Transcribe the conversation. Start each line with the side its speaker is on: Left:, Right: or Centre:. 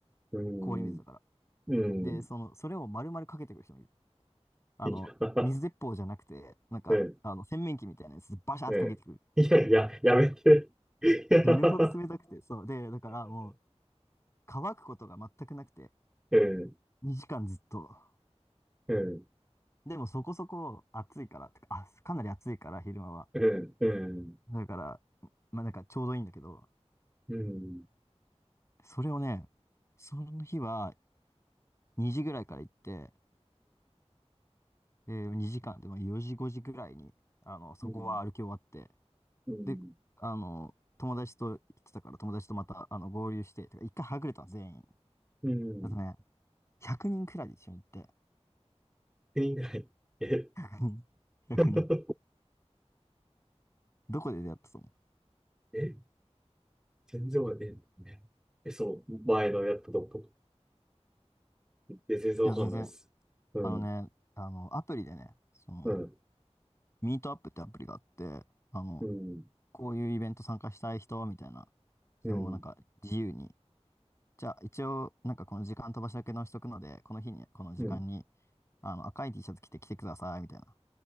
Centre: うん。
Left: 氷水だから。
Centre: うん。
Left: で、その、それを丸々かけてくる人もいる。あの、
Centre: いや、
Left: 水鉄砲じゃなくて、なんか、
Centre: うん。
Left: あの、洗面器みたいなやつでバシャンってかけてくる。
Centre: うん。いやいや、やめて。いや
Left: 死ぬほど冷たくて、そう。で、だからもう、乾くことが全くなくて、
Centre: ええ、
Left: 2時間ずっと。
Centre: ええ、
Left: でもそこそこ暑いから、てか、あ、かなり暑いから、昼間は。
Centre: ええ、ええ、うん、
Left: だから、まあなんかちょうどいいんだけど、
Centre: うん、
Left: それをね、その日は2時ぐらいから行って、え2時間でまあ4時5時ぐらいに、あの、そこは歩き終わって、
Centre: うん、うん、
Left: で、あの、友達と行ってたから、友達とまたあの合流して、てか一回はぐれたの、全員。
Centre: うん、
Left: だとね、100人くにんくらいで一緒に行って、
Centre: 人ぐらい。え、
Left: 100人、100人。
Centre: <laughs>
Left: どこで出会ったと思う
Centre: え、全然わかんない。え、え、そう、前のやったとことか。え、全然わかんないです。
Left: いや、全然、
Centre: うん、
Left: あのね、あの、アプリでね、その、
Centre: うん、
Left: ミートアップってアプリがあって、あの、
Centre: うん、
Left: こういうイベント参加したい人、みたいな。
Centre: うん、
Left: でもなんか自由に。じゃあ一応、なんかこの時間飛ばしだけ直しとくので、この日に、この時間に、
Centre: うん、
Left: あの、赤い T シャツ着て来てください、みたいな